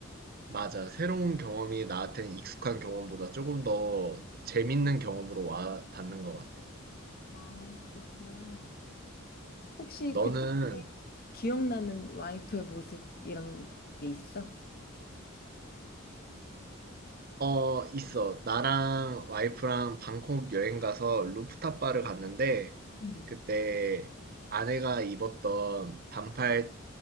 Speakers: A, on the right; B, on the left.
A: 맞아. 새로운 경험이 나한테는 익숙한 경험보다 조금 더 재밌는 경험으로 와 닿는 것 같아.
B: 아, 그렇구나. 혹시
A: 너는
B: 그때 기억나는 와이프의 모습 이런 게 있어?
A: 어, 있어. 나랑 와이프랑 방콕 여행 가서 루프탑 바를 갔는데,
B: 음.
A: 그때 아내가 입었던 반팔